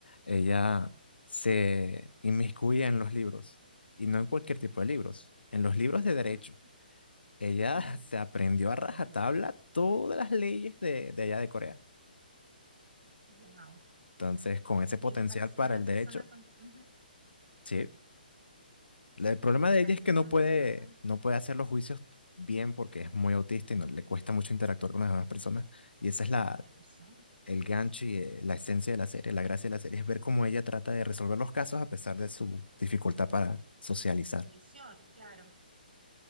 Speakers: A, on the left; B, on the right.
A: ella se inmiscuye en los libros, y no en cualquier tipo de libros, en los libros de derecho.
B: Mm,
A: Ella
B: ujú.
A: <laughs> se aprendió a rajatabla
B: Mira,
A: todas las leyes de, de allá de Corea.
B: wow.
A: Entonces, con ese
B: Mira,
A: potencial
B: para ser
A: para
B: una
A: el
B: persona
A: derecho,
B: con, ujú,
A: sí. La- El problema de
B: para
A: ella es
B: ser
A: que no
B: una
A: puede,
B: persona con,
A: no puede hacer los juicios bien porque es muy autista y no, le cuesta mucho interactuar con las demás personas. Y esa es la,
B: con las personas,
A: el gancho y eh, la esencia de la serie, la gracia de la serie es ver cómo ella trata de resolver los casos a pesar de su dificultad para socializar.
B: condición, claro.